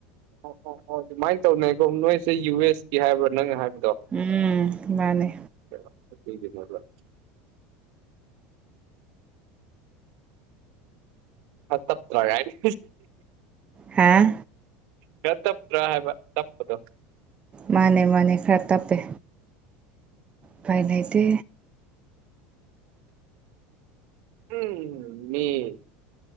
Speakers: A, on the right; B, on the right.
A: ꯑꯣ ꯑꯣ ꯑꯣ ꯑꯗꯨꯃꯥꯏꯅ ꯇꯧꯅꯩꯀꯣ ꯅꯣꯏꯁꯦ ꯌꯨ ꯑꯦꯁ ꯀ ꯍꯥꯏꯕ꯭ꯔꯥ ꯅꯪꯅ ꯍꯥꯏꯕ
B: ꯎꯝ ꯃꯥꯅꯦ
A: ꯊꯂ ꯇꯞ ꯇ ꯍꯥꯏꯅꯤ
B: ꯍꯥꯥ
A: ꯈꯔ ꯇꯞꯇ꯭ꯔꯥ ꯍꯥꯏꯕ ꯇꯞꯄꯗꯣ
B: ꯃꯥꯅꯦ ꯃꯥꯅꯦ ꯈꯔ ꯇꯞꯦ ꯄꯥꯏ ꯂꯩꯗꯦ
A: ꯎꯝ ꯃꯤ ꯑ